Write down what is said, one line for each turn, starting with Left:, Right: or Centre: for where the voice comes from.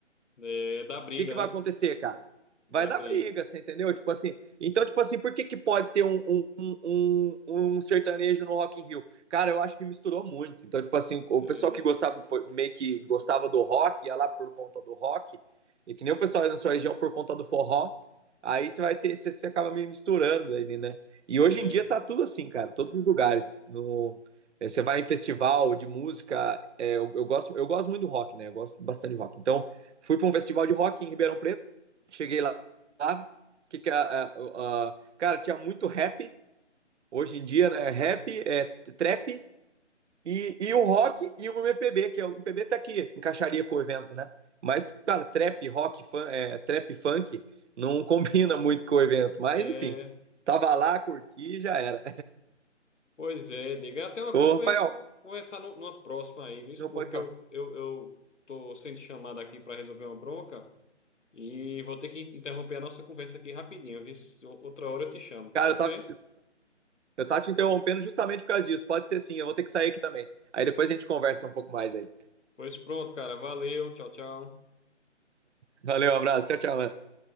Left: É, dá briga,
Right: que, que vai acontecer,
Left: né?
Right: cara?
Left: Dá
Right: Vai dar
Left: briga.
Right: briga, você entendeu? Tipo assim, então, tipo assim, por que, que pode ter um, um, um, um um sertanejo no Rock in Rio? Cara, eu acho que misturou muito. Então, tipo assim, o
Left: É,
Right: pessoal que gostava, foi- meio que gostava do rock, ia lá por conta do rock, e que nem o pessoal aí na sua região por conta do forró, aí você vai ter, você, você acaba meio misturando aí né? E
Left: é,
Right: hoje em dia tá tudo assim, cara, todos os lugares. No, eh, você vai em festival de música, é eu, eu gosto, eu gosto muito do rock, né? Eu gosto bastante de rock. Então, Fui para um festival de rock em Ribeirão Preto, cheguei lá, lá que, que a, a, a- cara, tinha muito rap, hoje em dia, né? Rap, é, trap, e, e o rock e o MPB, que é, o MPB tá aqui, encaixaria com o evento, né? Mas, cara, trap, rock, fun- é, trap, funk, não <laughs> combina muito com o evento. Mas,
Left: é.
Right: enfim, tava lá, curti e já era.
Left: pois é, diga. É até uma
Right: Ô,
Left: coisa pra
Right: Rafael,
Left: gente conversar nu- numa próxima aí, viu?
Right: não
Left: Porque
Right: pode falar.
Left: eu, eu, eu tô sendo chamado aqui para resolver uma bronca. E vou ter que interromper a nossa conversa aqui rapidinho, viu? Se- Outra hora eu te chamo,
Right: Cara,
Left: pode
Right: eu tava,
Left: ser?
Right: eu tava te interrompendo justamente por causa disso. Pode ser sim, eu vou ter que sair aqui também. Aí depois a gente conversa um pouco mais aí.
Left: Pois pronto, cara. Valeu, tchau, tchau.
Right: Valeu, um abraço. Tchau, tchau.